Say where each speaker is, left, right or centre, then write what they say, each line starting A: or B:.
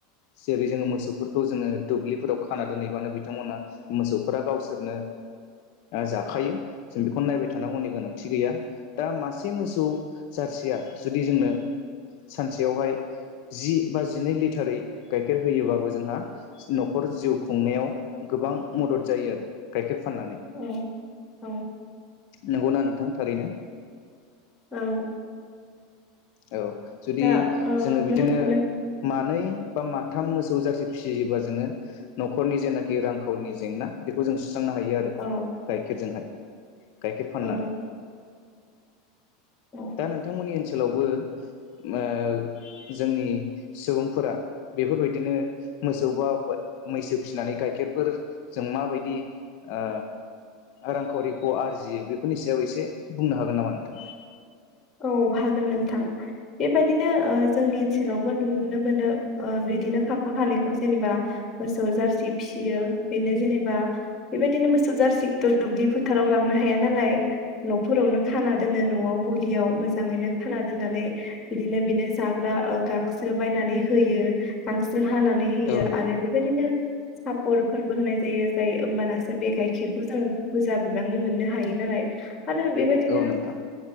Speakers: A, on the left; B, on the left.
A: जेरै जोङो मोसौफोरखौ जोङो दुब्लिफोराव खाना दोनहैबानो बिथांमोना मोसौफोरा गावसोरनो जाखायो जों बेखौनो नायबाय थायो नागौनि गोनांथि गोया दा मास सासे मोसौ जारसिया जुदि जोंनो सानसेयावहाय जि बा जिनै लिटारै गाइखेर होयोबाबबो जोंहा न'खर जिउ खुंनायाव गोबां मदद जायो आरो गाइखेर फाननानै
B: औ औ
A: नंगौना नोंथां थारैनो
B: औ
A: औ जुदि
B: दा ओ
A: जोङो बिदिनो
B: नोंथां
A: मानै बा मा माथाम मोसौ जारसि फिसियोबा जोङो नखरनि जेनाखि रांखावरिनि जेंना बेखौ जों सुस्रांनो हायो आरो
B: औ
A: गाइखेरजोंहाय गायखेर फाननानानै
B: औ औ
A: दा नोंथांमोननि ओनसोल सोलावबो ओ जोंनि सुबुंफोरा बेफोरबायदिनो मोसौ बा मैसो फिसिनानै गाय गाइखेरफोर जों माबायदि ओ रांखावरिखौ आरजियो बे बेफोरनि सायाव एसे बुंनो हागोन नामा नोंथाङा?
B: औ हागोन नोंथां बेबायदिनो ओ जोंनि ओनसोलावबो नुनो मोनो ओ बिदिनो खाफा खानायखौ जेनेबा मोसौ जारसि फिसियो बेनो जेनेबा बेबायदिनो मोसौ जारसिखौथ' दुब्लि फोथाराव लांनो हाया नालाय न'फोरावनो खाना दोनो न'आव गलियाव मोजाङैनो खाना दोननानै बिदिनो बिनो जाग्रा ओ गांसो बायनानै होयो गांसो हानानै होयो
A: औ
B: आरो बेबायदिनो सापरफोरबो होनाय जायो जाय होमबानासो बे गाइखेरखौ जोङ बुरजा बिबांनि मोननो हायो नालाय आरो बेबायदिनो
A: औ नोंथां